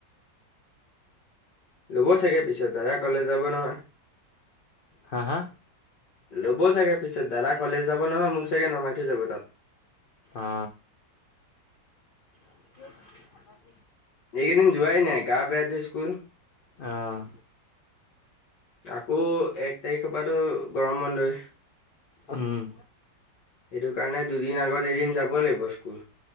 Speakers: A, on the left; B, on the left.
A: ল'ব চাগে পিছত দাদা কলে যাব নহয়।
B: হা হা
A: লব চাগে পিছত। দাদা কলেজ যাব নহয় মোক চাগে নমাই থৈ যাব তাত।
B: অ <unintelligible>
A: এইকেইদিন যোৱাই নাই গা বেয়াজে স্কুল।
B: আহ
A: আকৌ এক তাৰিখৰ পৰাতো গৰম বন্ধই। সেইটো
B: উম
A: কাৰণে দুদিন আগত এদিন যাব লাগিব স্কুল।